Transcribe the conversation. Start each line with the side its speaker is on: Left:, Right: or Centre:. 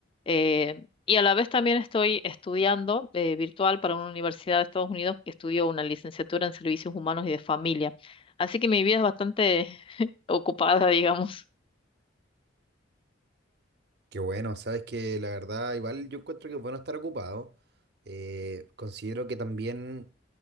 Left: Eh, y a la vez también estoy estudiando eh, virtual para una universidad de Estados Unidos que estudió una licenciatura en servicios humanos y de familia. Así que mi vida es bastante <laughs> ocupada, digamos.
Right: Qué bueno, sabes que la verdad, igual yo encuentro que es bueno estar ocupado. Eh, considero que también